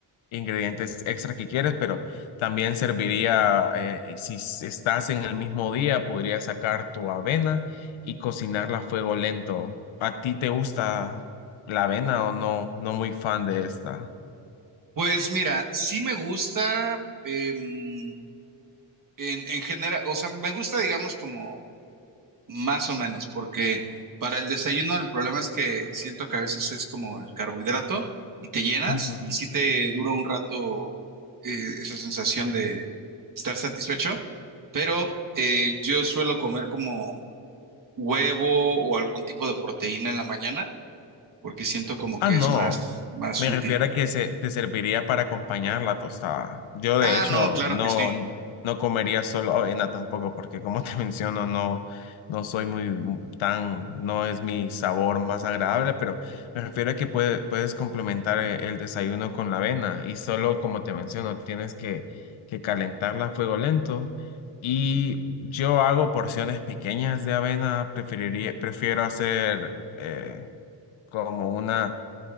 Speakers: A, on the left; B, on the right.
A: ingredientes extra que quieres, pero también serviría, eh, eh, si s- estás en el mismo día, podrías sacar tu avena y cocinarla a fuego lento ¿A ti te gusta la avena o no? No muy fan de esta.
B: Pues mira, sí me gusta, em, en, en general, o sea, me gusta, digamos, como Más o menos, porque para el desayuno el problema es que siento que a veces es como el carbohidrato y te llenas
A: Ujú.
B: y sí te dura un rato eh, esa sensación de estar satisfecho, pero eh, yo suelo comer como huevo o algún tipo de proteína en la mañana porque siento como
A: Ah,
B: que
A: no.
B: es más, más
A: Me
B: útil.
A: refiero a que se, te serviría para acompañar la tostada. Yo, de
B: Ah,
A: hecho,
B: no, claro
A: no,
B: que sí.
A: no comería solo avena tampoco, porque como te <laughs> menciono, no, no soy muy tan, no es mi sabor más agradable, pero me refiero a que puede- puedes complementar e- el, desayuno con la avena y solo, como te menciono, tienes que, que calentarla a fuego lento. Y yo hago porciones pequeñas de avena, preferiría, prefiero hacer eh, como una